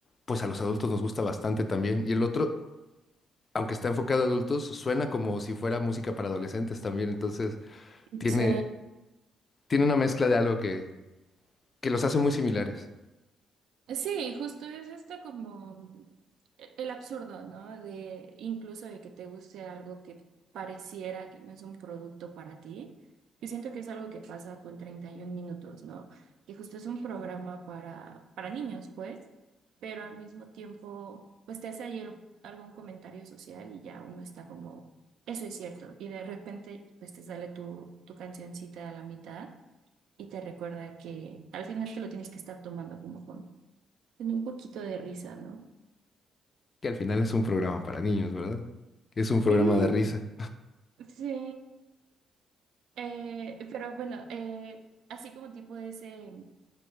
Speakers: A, on the left; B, on the right.
A: pues a los adultos nos gusta bastante también. Y el otro, aunque está enfocado a adultos, suena como si fuera música para adolescentes también. Entonces, tiene,
B: Sí.
A: tiene una mezcla de algo que, que los hace muy similares.
B: Sí, justo es esto como mm, e- el absurdo, ¿no? De incluso de que te guste algo que pareciera que no es un producto para ti, que siento que es algo que pasa con 31 minutos, ¿no? Que justo es un programa para, para niños, pues, pero al mismo tiempo, pues te hace ahí el- algún comentario social y ya uno está como, eso es cierto, y de repente, pues te sale tu, tu cancioncita a la mitad y te recuerda que al final te lo tienes que estar tomando como con tiene un poquito de risa, ¿no?
A: que al final es un programa para niños, ¿verdad? Que es un programa
B: Ujú,
A: de risa.
B: Sí, Eh, pero bueno, eh, así como tipo de ese,